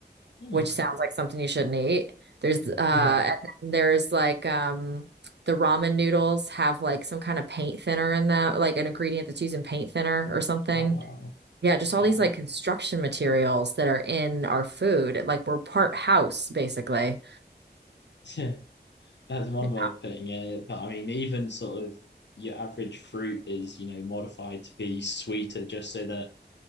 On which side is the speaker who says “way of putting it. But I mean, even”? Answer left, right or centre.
Left